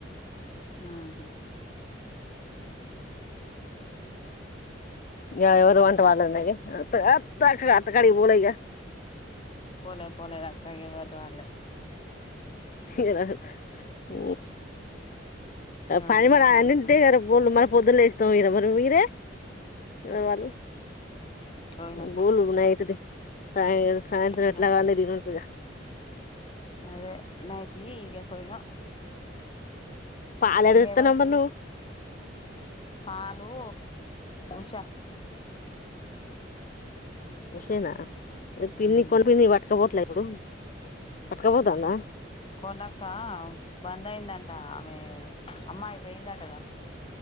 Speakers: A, on the left; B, on the left.
A: ఉహు
B: ఎవరవన్ సవాలఉన్నవి అత్త అత్త కాడికి పోలే ఇకా
A: పోలే పోలే అక్క ఎవరిది వాలే
B: <unintelligible>
A: ఎవరిది
B: పరిమల
A: వాళ్ళే
B: అన్న
A: అండుకుని
B: ఉంటే కదా మరి పొద్దున్న లేసి తొలిన మరి మీరే ఆ వాల్లు
A: తోమినం
B: బోలు నయిటు సా సాయంత్రం
A: ఉన్నాయి
B: ఎట్లాగ అవన్నీ తినొద్దు గా
A: అదే నైటి ఇగ తోవినా
B: పాలేడ
A: ఇంగ
B: తెత్తనవ్
A: ఎవరికివి
B: మరి నువ్వు
A: పాలు ఉష
B: ఉషేనా పిన్ని
A: ఉమ్
B: కొన్ని ఇన్ని బట్కా బోట్లేద ఇప్పుడు పట్కబోతాందా
A: కొండక్క బంద్ అయిందంట ఆమె అమ్మాయిపోయిందంటగా